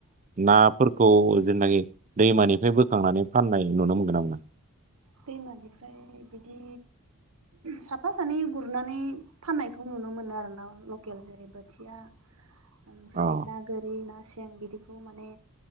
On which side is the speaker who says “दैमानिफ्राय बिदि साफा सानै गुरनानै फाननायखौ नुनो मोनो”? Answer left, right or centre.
Right